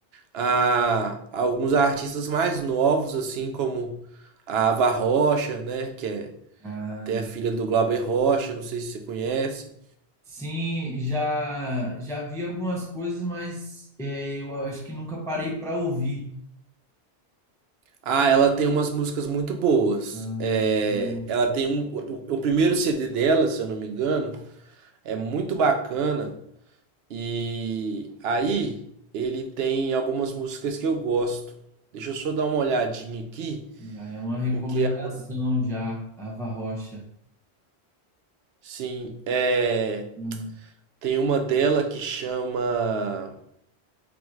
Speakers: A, on the right; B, in the centre.
A: a alguns artistas mais novos, assim, como a Ava Rocha, né, que é
B: Ah,
A: até a filha do Glauber Rocha, não sei se você conhece.
B: sim, já já vi algumas coisas, mas é, eu acho que nunca parei para ouvir.
A: Ah, ela tem umas músicas muito boas,
B: Ah,
A: É,
B: hum,
A: ela tem um, o, o primeiro CD dela, se eu não me engano, é muito bacana, E aí ele tem algumas músicas que eu gosto. Deixa eu só dar uma olhadinha aqui,
B: já é uma recomendação
A: porque
B: já, Ava Rocha.
A: assim, é,
B: Hum,
A: tem uma dela que chama